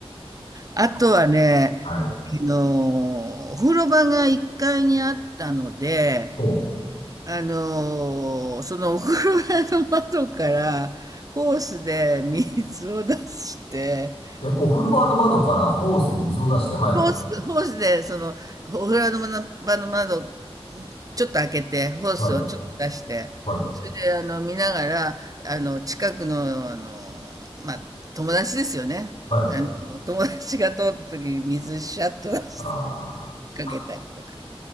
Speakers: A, on the right (about 35°); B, on the left (about 75°).
A: あとはね、
B: い。
A: あのー、お風呂場が1階にあったので、
B: お、
A: あのー、そのお風呂場の窓からホースで水を出して、
B: え、お風呂場の窓からホースで水を出して、はい、
A: ホース、ホースでそのお風呂場の窓、ちょっと開けて、ホースをちょっと出して、
B: はい、はい、
A: それであの見ながら、あの近くの、あの、まあ、友達ですよね。
B: はい。
A: あの友達が通った時に水シャッと出して
B: ああ
A: かけたりとか。